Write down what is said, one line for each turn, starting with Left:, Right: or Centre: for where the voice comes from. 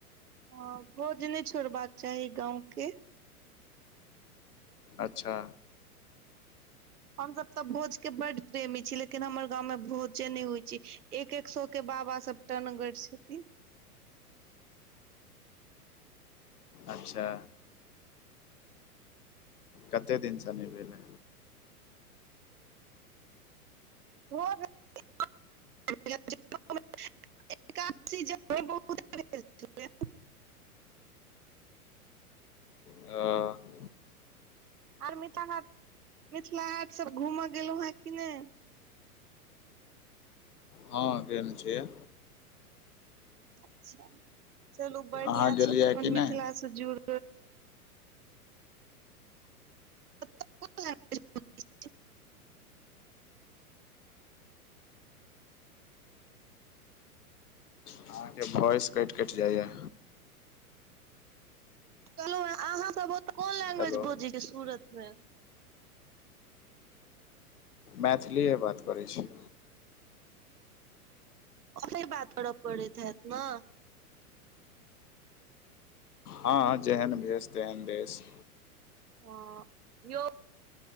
Right: हं। भोज नै छोड़बाक चाही गाँव के।
Left: अच्छा।
Right: हमसब तऽ भोजके बड प्रेमी छी, लेकिन हमर गाँंव में भोजे नै होइ छैय। एक-एक सौ के बाबा सब टनगर छथिन।
Left: अच्छा। कते दिनसँ नहि भेले?
Right: <inaudible> <inaudible> <inaudible>
Left: ओ।
Right: आर मिथिला हाट, मिथिला हाट सब घूमं गेलहुं हं कि नै?
Left: हँ गेल छियै।
Right: अच्छा। चलू बढ़िया
Left: अहाँ गेलियै
Right: छैय अपन
Left: कि
Right: मिथिला
Left: नहि
Right: से जुड़ <inaudible>
Left: अहाँके वॉइस कैट-कैट जाइए।
Right: कहलहुँ अहाँ सब ओतऽ कोन लैंग्वेज
Left: हेलो
Right: बजैये सूरत मे?
Left: मैथिलीए बात करै छी।
Right: ओ फिर बात करऽ पड़ैत हैत न।
Left: हँ जेहन देस तेहन भेस।
Right: ह यौ